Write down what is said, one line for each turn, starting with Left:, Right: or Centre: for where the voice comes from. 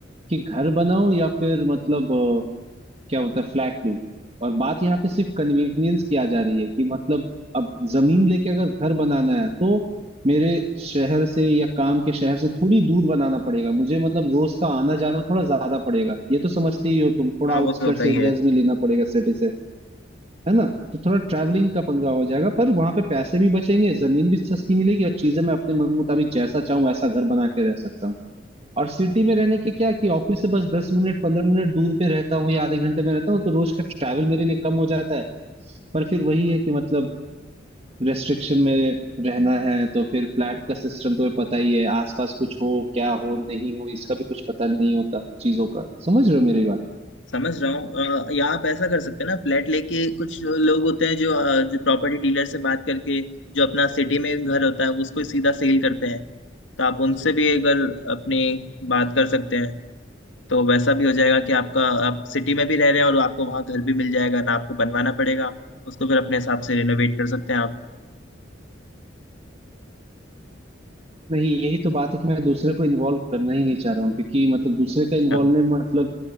Right: कि घर बनाओ या फिर मतलब क्या होता है फ्लैट लूप और बात यहाँ पे सिर्फ कन्वीनियंस की आ जा रही है कि मतलब अब जमीन लेके अगर घर बनाना है तो मेरे शहर से या काम के शहर से थोड़ी दूर बनाना पड़ेगा मुझे मतलब रोज का आना जाना थोड़ा ज्यादा पड़ेगा ये तो समझते ही हो तुम थोड़ा
Left: हाँ
Right: आउटस्कर्ट्स
Left: वो तो होता ही है
Right: एरियाज में लेना पड़ेगा सिटी से है ना तो थोड़ा ट्रैवलिंग का पंगा हो जाएगा पर वहां पे पैसे भी बचेंगे जमीन भी सस्ती मिलेगी और चीजें मैं अपने मन मुताबिक जैसा चाहूँ वैसा घर बना के रह सकता हूँ और सिटी में रहने के क्या कि ऑफिस से बस दस मिनट पंद्रह मिनट दूर पे रहता हूँ या आधे घंटे में रहता हूँ तो रोज का ट्रैवल मेरे लिए कम हो जाता है पर फिर वही है कि मतलब रेस्ट्रिक्शन में रहना है तो फिर फ्लैट का सिस्टम तुम्हें पता ही है आसपास कुछ हो क्या हो नहीं हो इसका भी कुछ पता नहीं होता चीजों का समझ रहे हो मेरी बात
Left: समझ रहा हूँ अ, या आप ऐसा कर सकते हैं ना फ्लैट लेके कुछ लोग होते हैं जो अ, जो प्रॉपर्टी डीलर से बात करके जो अपना सिटी में घर होता है उसको ही सीधा सेल करते हैं तो आप उनसे भी एक बार अपनी बात कर सकते हैं तो वैसा भी हो जाएगा कि आपका आप सिटी में भी रह रहे हैं और आपको वहाँ घर भी मिल जाएगा ना आपको बनवाना पड़ेगा उसको फिर अपने हिसाब से रिनोवेट कर सकते हैं आप
Right: नहीं यही तो बात है कि मैं दूसरे को इन्वॉल्व करना ही नहीं चाह रहा हूँ क्योंकि मतलब दूसरे का इन्वॉल्वमेंट
Left: हाँ
Right: मतलब